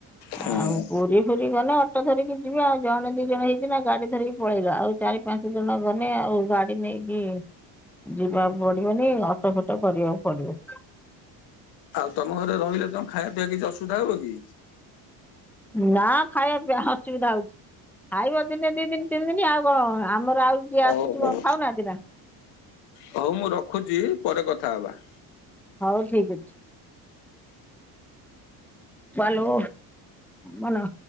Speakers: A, on the left (about 70°); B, in the centre.
A: ହୁଁ
B: ଆଉ ପୁରୀ ଫୁରୀ ଗଲେ ଅଟ ଧରିକି ଯିବି ଆଉ। ଜଣେ ଦି ଜଣ ହେଇଛି ନା ଗାଡି ଧରିକି ପଳେଇଲା ଆଉ ଚାରି ପାଞ୍ଚ ଜଣ ଗଲେ ଆଉ ଗାଡି ନେଇକି ଯିବାକୁ ପଡିବନି ଅଟୋ ଫଟୋ କରିବାକୁ ପଡିବ।
A: ଆଉ ତମ ଘରେ ରହିଲେ ତମେ ଖାଇବା ପିଇବା କିଛି ଅସୁବିଧା ହବ କି?
B: ନା ଖାଇବା ଅସୁବିଧା ହଉଛି ଖାଇବ ଦିନେ ଦି ଦିନ ତିନି ଦିନ ଆଉ କ ଆମର ଆଉ ଯିଏ
A: ହଉ
B: ଆସୁଛି
A: ହଉ
B: କଣ ଖାଉନାହାନ୍ତି ନା।
A: ହଉ ମୁଁ ରଖୁଛି। ପରେ କଥା ହବା
B: ହଉ ଠିକ ଅଛି। ଭଲୋ ଭଲ